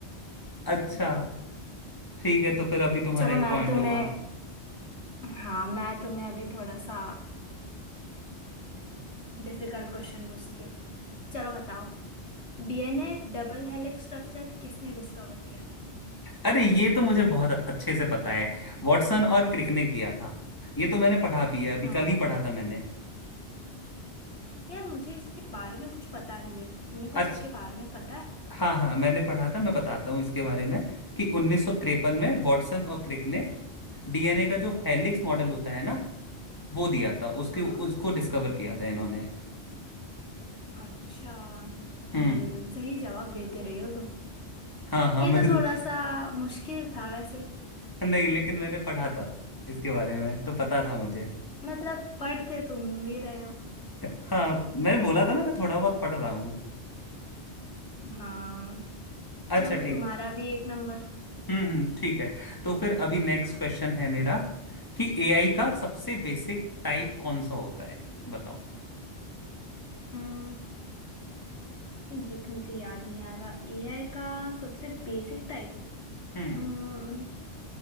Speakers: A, on the left; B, on the left.
A: अच्छा ठीक है तो फिर अभी तुम्हारा
B: चलो
A: एक
B: मैं
A: पॉइंट
B: तुम्हें
A: हुआ
B: हाँ मैं तुम्हें अभी थोड़ा सा डिफिकल्ट क्वेश्चन पूछती हूँ चलो बताओ डीएनए डबल हेलिक्स स्ट्रक्चर किसने डिस्कवर किया था
A: अरे ये तो मुझे बहुत अच्छे से पता है वॉटसन और क्रिक ने किया था ये तो मैंने पढ़ा भी है अभी
B: हाँ
A: कल ही पढ़ा था मैंने
B: यार मुझे इसके बारे में कुछ पता नहीं है तुम्हें
A: अच्छा
B: कुछ इसके बारे में पता है
A: हाँ हाँ मैंने पढ़ा था मैं बताता हूँ इसके बारे में कि 1953 में वॉटसन और क्रिक ने डीएनए का जो हेलिक्स मॉडल होता है ना वो दिया था उसके
B: हाँ
A: उसको डिस्कवर किया था इन्होंने
B: अच्छा
A: हम्म
B: हम्म सही जवाब देते रहे हो तुम
A: हाँ हाँ
B: ये
A: मैं
B: तो
A: <laughs>
B: थोड़ा सा मुश्किल था वैसे
A: नहीं लेकिन मैंने पढ़ा था इसके बारे में तो पता था मुझे
B: मतलब पढ़ते तुम भी रहे हो
A: हाँ मैंने बोला था ना मैं थोड़ा बहुत पढ़ रहा हूँ
B: हाँ
A: अच्छा
B: चलो
A: ठीक
B: तुम्हारा भी एक नंबर
A: हम्म हम्म ठीक है तो फिर अभी नेक्स्ट क्वेश्चन है मेरा कि एआई का सबसे बेसिक टाइप कौन सा होता है बताओ
B: हम्म ये तो मुझे याद नहीं आ रहा एआई का सबसे बेसिक टाइप
A: हम्म
B: हम्म